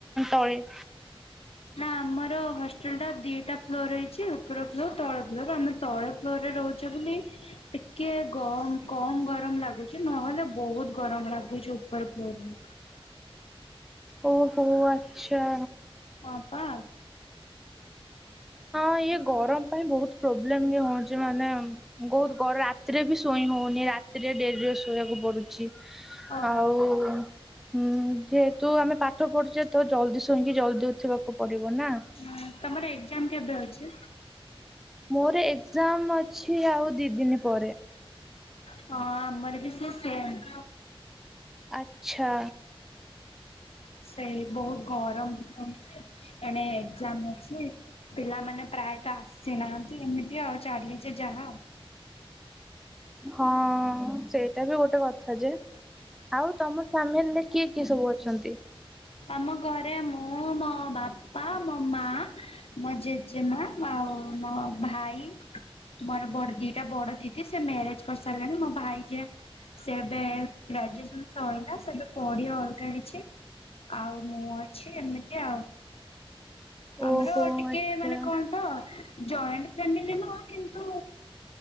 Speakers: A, in the centre; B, on the left.
A: ତଳେ
B: ନା ଆମର ହଷ୍ଟେଲ ଟା ଦିଟା ଫ୍ଲୋର ରହିଛି ଉପର ଫ୍ଲୋର ତଳ ଫ୍ଲୋର ଆମେ ତଳେ ଘରେ ରହୁଛ ବୋଲି ଟିକେ ଗମ କମ ଗରମ ଲାଗୁ ଚି ନହେଲେ ବହୁତ ଗରମ ଲାଗୁଛି ଉପର ଫ୍ଲୋର ରୁ।
A: ଓହୋ ଆଛା।
B: ହଁ ପା।
A: ହଁ ଇଏ ଗରମ ପାଇଁ ବହୁତ ପ୍ରୋବ୍ଲେମ୍ ବି ହଉଛି ମାନେ ବହୁତ ଗରମ ରାତିରେ ବି ଶୋଇ ହଉନି ରାତିରେ ଡେରିରେ ଶୋଇବାକୁ ପଡୁଛି।
B: ଓହୋ।
A: ଆଉ ହୁଁ ଯେହେତୁ ଆମେ ପାଠ ପଢୁଛେ ତ ଜଲଦି ଶୁଇଁକି ଜଲଦି ଉଠିବାକୁ ପଡିବ ନା।
B: ହୁଁ ତମର ଏକ୍ଜାମ କେବେ ଅଛି?
A: ମୋର ଏକ୍ଜାମ ଅଛି ଆଉ ଦି ଦିନି ପରେ।
B: ହଁ ଆମର ବି ସେ ସେମ୍।
A: ଆଚ୍ଛା।
B: ସେ ବହୁତ ଗରମ ହଉଛି ଏଣେ ଏକ୍ଜାମ ଅଛି। ପିଲାମାନେ ପ୍ରାୟତଃ ଆସିନାହାନ୍ତି ଏମିତି ଆଉ ଚାଲିଛି ଯାହା।
A: ହଁ ସେଇଟା ବି ଗୋଟେ କଥା ଯେ। ଆଉ ତମ ଫାମିଲି ରେ କିଏ କିଏ ସବୁ ଅଛନ୍ତି?
B: ଆମ ଘରେ ମୁଁ ମୋ ବାପା ମୋ ମା ମୋ ଜେଜେମା ଆଉ ମୋ ଭାଇ। ମୋର ବଡ ଦିଟା ବଡ ଦିଦି ସେ ମ୍ୟାରେଜ ସାରିଲେଣି ମୋ ଭାଇ ଯିଏ ସିଏ ଏବେ ଗ୍ରାଜୁଏସନ ସଇଲା ସେ ଏବେ ପଢିବ ଅଲଗା କିଛି ଆଉ ମୁଁ ଅଛି ଏମିତି ଆଉ। ଆମର
A: ଓହୋ
B: ଟିକେ
A: ଆଚ୍ଛା।
B: ମାନେ କଣ ତ ଜଏଣ୍ଟ ଫାମିଲି ନୁହଁ କିନ୍ତୁ,